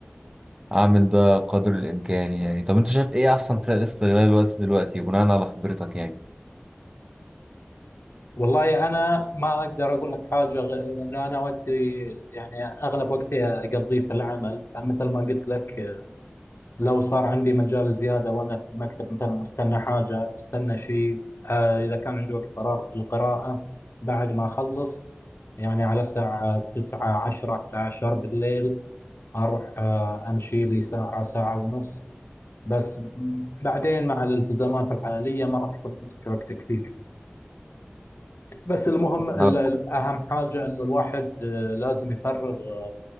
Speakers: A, on the right (about 20°); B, on the left (about 75°).
A: أعمل ده قدر الإمكان يعني طب أنت شايف إيه أحسن طريقة لاستغلال الوقت دلوقتي بناء على خبرتك يعني؟
B: والله انا ما اقدر اقول لك حاجه غ- لانه انا وقتي يعني اغلب وقتي اقضيه في العمل فمثل ما قلت لك لو صار عندي مجال زياده وانا في المكتب مثلا استنى حاجه استنى شيء آه، اذا كان عندي وقت فراغ في القراءه بعد ما اخلص يعني على الساعه 9 10 11 بالليل اروح آه، امشي لي ساعه ساعه ونص بس م- بعدين مع الالتزامات العائليه ما راح يكون عندك وقت كثير بس المهم ال-
A: اه
B: ال- اهم حاجه انه الواحد آه، لازم يفرغ آه،